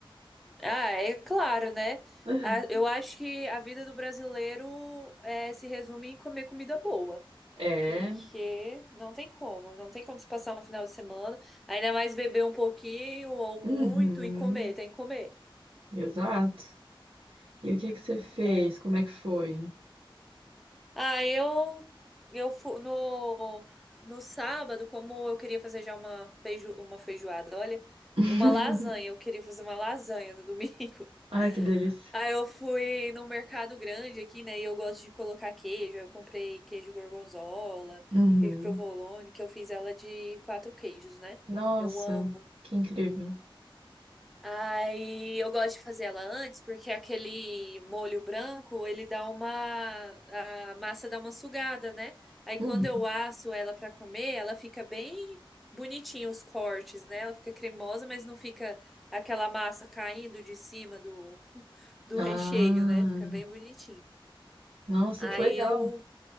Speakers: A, in the centre; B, on the right (about 85°).
A: Ah, é claro, né?
B: <laughs>
A: Ah, Eu acho que a vida do brasileiro é, se resume em comer comida boa.
B: É.
A: Porque não tem como, não tem como se passar um final de semana, ainda mais beber um pouquinho ou muito
B: Uhum.
A: e comer, tem que comer.
B: Exato. E o que que você fez?
A: É.
B: Como é que foi?
A: Ah, eu eu fu- no no sábado, como eu queria fazer já uma feijo, uma feijoada, olha,
B: <laughs>
A: uma lasanha, eu queria fazer uma lasanha no domingo.
B: Ai, que delícia.
A: <laughs> Aí eu fui num mercado grande aqui, né? E eu gosto de colocar queijo. aí Eu comprei queijo gorgonzola,
B: Uhum.
A: queijo provolone, que eu fiz ela de quatro queijos, né?
B: Nossa,
A: Eu amo.
B: que incrível.
A: Aí eu gosto de fazer ela antes, porque aquele molho branco, ele dá uma, a massa dá uma sugada, né? Aí
B: Hum.
A: quando eu asso ela para comer, ela fica bem bonitinha os cortes, né? Ela fica cremosa, mas não fica aquela massa caindo de cima do, do
B: Ah,
A: recheio, né? Fica bem bonitinho.
B: nossa,
A: Aí
B: que legal.
A: eu